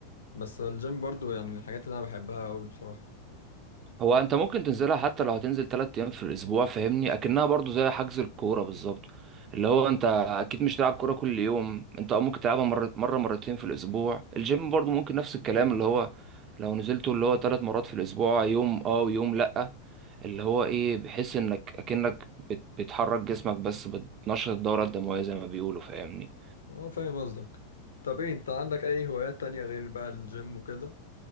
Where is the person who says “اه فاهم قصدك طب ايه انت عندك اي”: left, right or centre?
Left